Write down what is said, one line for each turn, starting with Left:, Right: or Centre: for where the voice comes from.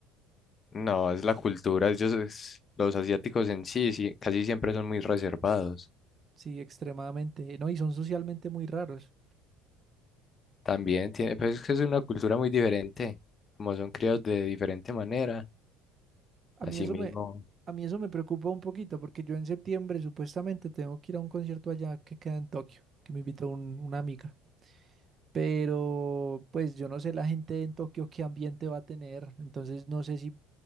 Left: No, es la cultura. Ellos, es- los asiáticos en sí, sí, casi siempre son muy reservados.
Right: Sí, extremadamente. No, y son socialmente muy raros.
Left: También tiene, pues es que es una cultura muy diferente. Como son criados de diferente manera,
Right: A
Left: así
Right: mí eso
Left: mismo.
Right: me, a mí eso me preocupa un poquito, porque yo en septiembre supuestamente tengo que ir a un concierto allá que queda en Tokio, que me invitó un- una amiga. Pero pues yo no sé la gente en Tokio qué ambiente va a tener, entonces no sé si